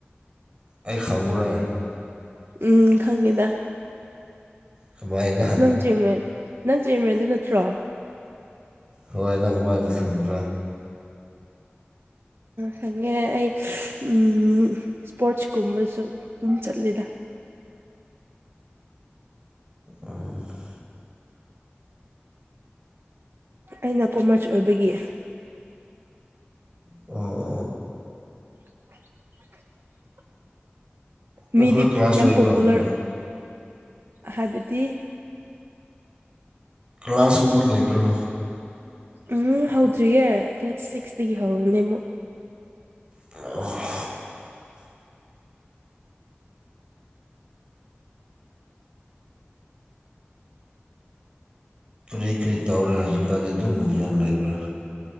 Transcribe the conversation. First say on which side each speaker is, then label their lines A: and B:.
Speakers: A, on the right; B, on the right.
A: ꯑꯩ ꯈꯪꯕ꯭ꯔꯥ
B: ꯎꯝ ꯈꯪꯉꯤꯗ
A: ꯀꯃꯥꯏꯅ
B: ꯅꯪ ꯆꯤꯌꯔꯃꯦꯟ ꯅꯪ ꯆꯦꯝꯃꯦꯟꯗꯨ ꯅꯠꯇ꯭ꯔꯣ
A: ꯍꯣꯏ ꯅꯪ ꯀꯥꯃꯥꯥꯏꯅ ꯈꯪꯕꯔ
B: ꯍꯪꯉꯦ ꯑꯩ ꯎꯝ ꯏꯁ꯭ꯄꯣꯔꯠꯁ ꯀꯨꯝꯕꯁꯨ ꯑꯗꯨꯝ ꯆꯠꯂꯤꯗ
A: ꯎꯝ <unintelligible>
B: ꯑꯩꯅ ꯀꯣꯃꯔꯁ ꯑꯣꯏꯕꯒꯤ
A: ꯋꯥꯎ <unintelligible>
B: ꯑ <unintelligible>
A: ꯅꯈꯣꯏ
B: ꯃꯤꯗꯤ
A: ꯀ꯭ꯂꯥꯁ
B: ꯌꯥꯝ
A: ꯂꯩꯕ꯭ꯔꯥ
B: ꯄꯣꯄꯨꯂꯔ
A: ꯑꯝꯇ
B: ꯍꯥꯏꯕꯗꯤ
A: ꯀ꯭ꯂꯥꯁꯀꯨꯝꯕ ꯂꯩꯕ꯭ꯔꯣ
B: ꯎꯝ ꯍꯧꯗ꯭ꯔꯤꯌꯦ ꯗꯦꯠ ꯁꯤꯛꯁꯇꯒꯤ ꯍꯧꯅꯦ ꯑꯃꯨꯛ
A: ꯑ <unintelligible> ꯀꯔꯤ ꯀꯔꯤ ꯇꯧꯔꯦ ꯍꯧꯖꯤꯛꯀꯥꯟꯗꯤ ꯑꯗꯨꯝꯗꯤ ꯌꯨꯝ ꯂꯩꯕ꯭ꯔꯥ